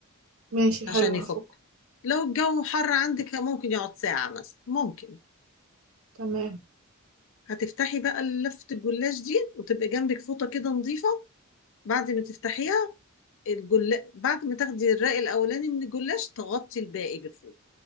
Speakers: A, on the right (about 70°); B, on the left (about 60°).
A: ماشي حلو
B: عشان
A: هفكه
B: يفك لو الجو حر عندك ممكن يقعد ساعة مثلا ممكن
A: تمام
B: هتفتحي بقى لفة الجلاش دي وتبقى جنبك فوطة كده نظيفة بعد ما تفتحيها الجلا... بعد ما تاخدي الرأي الأولاني من الجلاش تغطي الباقي بالفوطة